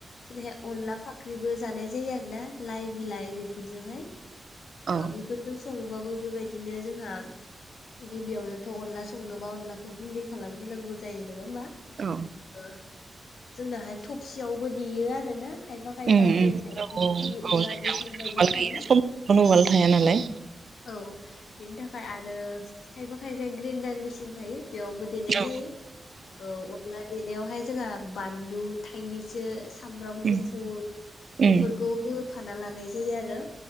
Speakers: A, on the left; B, on the right.
A: जेरैहाय अनला फाख्रिबो जानाय जायो आरो ना लाइ बिलाइ बेफोरजोंहाय
B: औ
A: ओ बेफोर जों सं बाबो बेबायदिनो जोंहा गिबियावनो थ अनला संनोबा अनलाखौ गुन्दै खालामग्रोनांगौ जायो नङा होमबा।
B: औ
A: ओ जोंनाहाय थफसियावबो देयो आरोना। खायफा खायफा
B: उम उम
A: जेरैहाय दिंखि
B: औ औ
A: उलार
B: जोंना
A: बेफोरबायदि
B: उवाल
A: थायाना।
B: गैया समखौनो उवाल थाया नालाय
A: औ बिनि थाखाय आरो खायफा खायफाया ग्रेन्डार मेसिन थायो बेयावबो देनाय
B: औ
A: जायो औ अनला देनायावहाय जोंहा बानलु थाइनैसो सामब्राम
B: उम
A: गुफुर
B: उम
A: बेफोरखौ होफाना लानाय जायो आरो।